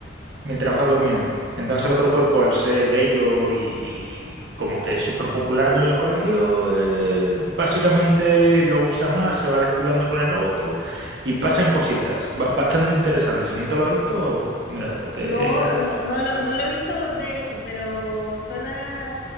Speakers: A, on the right; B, on the left.
A: mientras va durmiendo. Entonces, el otro cuerpo, al ser bello y, y como que es súper popular en el colegio, eh, básicamente lo usa más, se va descuidando con el otro y pasan cositas ba- bastante interesantes. Si no te lo has visto, míratelo que...
B: No, eh, no, no lo,
A: <laughs>
B: no lo he visto de hecho, pero suena,